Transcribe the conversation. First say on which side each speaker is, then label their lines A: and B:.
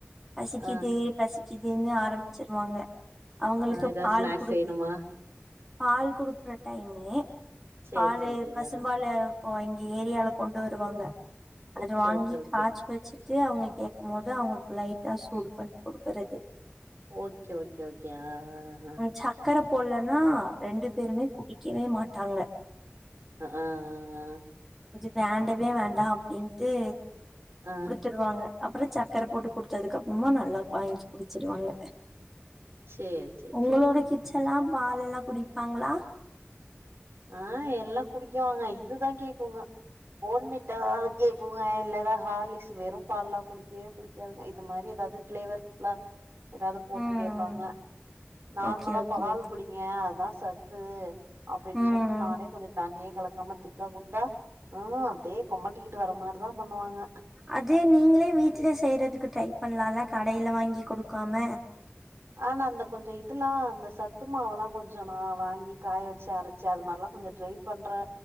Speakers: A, in the centre; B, on the right.
A: பசிக்குது
B: ஆ
A: பசிக்குதுன்னு ஆரம்பிச்சிருவாங்க அவுங்களுக்கு
B: ஆ ஏதாவது
A: பால்
B: ஸ்நாக்ஸ்
A: குடுக்க
B: செய்யணுமா
A: பால் குடுக்குற டைமு
B: சேரி
A: பாலு
B: சேரி சேரி
A: பசும்பாலு
B: ஆ
A: இப்போ இந்த ஏரியாவுல கொண்டு வருவாங்க அது
B: ஓகே
A: வாங்கி
B: ஓகே ஓகே
A: காச்சி வெச்சிடி ட்டு அவுங்க கேக்கும் போது அவுங்களுக்கு லைட்டா சூடு பன்னி குடுக்கறது
B: ஓகே ஓகே ஓகே ஆ ஆ ஆ ஆ
A: ம் சக்கர போட்லன்னா ரெண்டு பேருமே குடிக்கவே மாட்டாங்க
B: ஆ ஆ
A: இது வேண்டவே வேண்டா அப்டின்ட்டு
B: ஆ ஆ
A: குடுத்துருவாங்க அப்றோ சர்கர போட்டு குடுத்ததுக்கு அப்பறமா நல்லா வாங்கி குடிச்சிருவாங்க
B: சேரி சேரி
A: உங்களோட
B: சேரி ம்
A: கிட்ஸ் எல்லா பால் எல்லா குடிப்பாங்களா
B: ஆ எல்லா குடிக்குவாங்க இதுதா கேக்குங்க போன்விட்டா கேக்குங்க இல்லா ஏதா ஹார்லிக்ஸ் வெறு பால்லா குடிக்கவே குடிக்காதுங்க இது மாரி ஏதாது ஃப்ளேவர் ஃபுல்லா ஏதாது போட்டு
A: ம்
B: கேட்பாங்க நார்மலா
A: ஓகே ஓகேங்க
B: பால் குடி ஏயே அதா சத்து அப்டின்னு
A: ம்
B: சொல்லிட்டு நானே கொஞ்சோ தண்ணிய கலக்காம திக்கா குடுத்தா ம் அப்டியே கொமட்டிக்கிட்டு வர்ற மாறிதா பண்ணுவாங்க
A: அதை நீங்களே வீட்ல செய்றதுக்கு ட்ரை பண்ணலாம்ல கடையில வாங்கி குடுக்காம
B: ஆ நா அந்த கொஞ்சோ இதெல்லா அந்த சத்து மாவெல்லா கொஞ்சோ நா வாங்கி காய வெச்சி அரைச் சி அது மாரில்லா கொஞ்சோ ட்ரை பண்றே